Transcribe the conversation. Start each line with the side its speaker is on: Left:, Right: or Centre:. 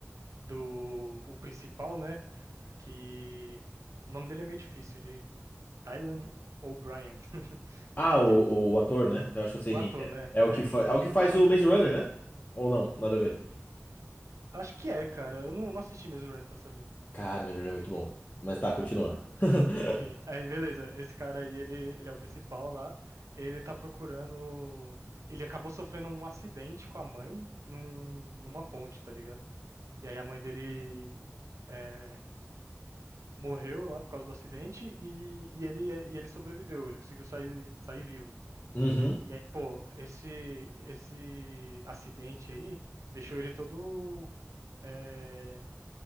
Right: do o principal, né? que o nome dele é meio difícil, ele Dylan O'Brien. <laughs>
Left: Ah,
Right: Ok,
Left: o, o ator, né? Eu acho que eu sei
Right: o
Left: quem
Right: ator,
Left: que é.
Right: né?
Left: É o
Right: É,
Left: que, fa...
Right: o,
Left: é
Right: do-
Left: o que faz
Right: o ator.
Left: o Maze Runner, né? Ou não, nada a ver.
Right: Acho que é, cara. Eu não, não assisti mesmo Run pra saber.
Left: Cara, o Maze Runner é muito bom. Mas tá, continua. <laughs>
Right: Enfim, aí beleza. Esse cara aí, ele, ele é o principal lá. Ele tá procurando. Ele acabou sofrendo um acidente com a mãe num, numa ponte, tá ligado? E aí a mãe dele é, morreu lá por causa do acidente e, e, ele, e ele sobreviveu. Ele conseguiu sair, sair vivo.
Left: Uhum.
Right: E aí, pô, esse, esse acidente aí deixou ele todo eh,